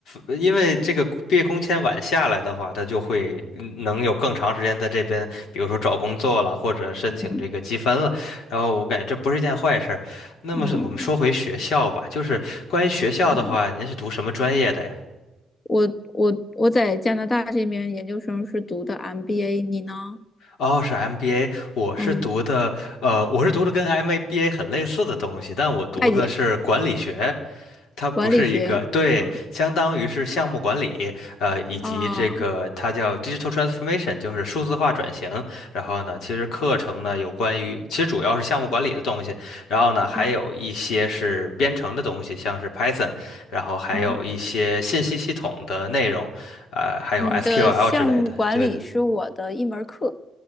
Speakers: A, on the left; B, on the left.
A: 呃因为这个毕业工签晚下来的话，他就会嗯能有更长时间在这边，比如说找工作了，或者申请这个积分了。
B: 嗯
A: 然后我感觉这不是一件坏事。那么是我们说回学校吧，
B: 嗯
A: 就是关于学校的话，
B: 嗯，
A: 您是读什么专业的呀？
B: 我我我在加拿大这边研究生是读的 MBA，你呢？
A: 哦，是 MBA，我是读的，
B: 嗯，
A: 呃，我是读的跟 MBA 很类似的东西，但我读的是管理学。
B: 会计、
A: 它不是一个，
B: 管理学。
A: 对，
B: 嗯
A: 相当于是项目管理，呃，以及这个它叫
B: 啊
A: digital transformation，就是数字化转型。然后呢，其实课程呢有关于，其实主要是项目管理的东西，然后呢还有一些是编程的东西，
B: 啊
A: 像是 Python，然后还有一些信息系统的内容，
B: 嗯，
A: 呃，还有
B: 你的项目管理是我的一门儿课。
A: SQL 之类的。对的。